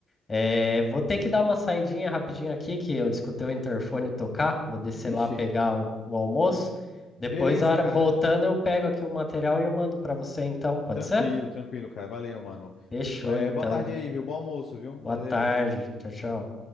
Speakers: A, on the left (about 30°); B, on the left (about 60°).
A: Eh, vou ter que dar uma saidinha rapidinho aqui, que eu escutei o interfone tocar. Vou descer
B: Vixe,
A: lá pegar o, o almoço. Depois,
B: beleza,
A: a hora
B: cara.
A: voltando, eu pego aqui o material e eu mando para você, então, pode
B: Tranquilo,
A: ser?
B: tranquilo, cara. Valeu, mano.
A: Fechou,
B: É,
A: então.
B: boa tarde aí, viu? Bom almoço, viu?
A: Boa
B: Valeu.
A: tarde. Tchau, tchau.